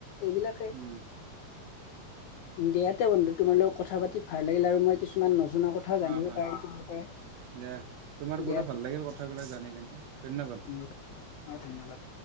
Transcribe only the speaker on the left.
এইবিলাকে। দিয়াতে
বন্ধু তোমাৰ লগত কথা পাতি ভাল। লাগিল আৰু মই কিছুমান নজনা কথাও জানিব
পাৰিম। তাৰ পৰাই
দিয়া
উম অ' ধন্যবাদ।